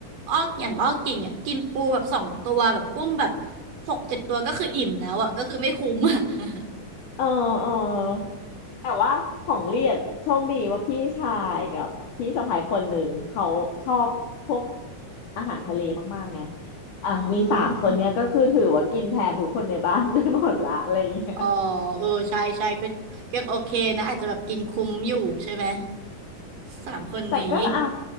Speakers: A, on the right; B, on the left.
A: อ้ออย่างอ้อกินเนี่ยกินปูแบบสองตัวแบบกุ้งแบบหกเจ็ดตัวก็คืออิ่มแล้วอะก็คือไม่คุ้มอะ <laughs>
B: เออเออแต่ว่าของเรียนโชคดีว่าพี่ชายกับพี่สะใภ้คนหนึ่งเขาชอบพวกอาหารทะเลมากๆไงอ่ะมีสามคนเนี้ยก็คือถือว่ากินแทนทุกคนในบ้าน
A: อืม
B: <laughs> ไปหมดละอะไรอย่างเงี้ย
A: อ๋อเออใช่ใช่ก็ยังโอเคนะอาจจะแบบกินคุ้มอยู่ใช่ไหมสามคนนี้
B: แต่ก็อ่ะ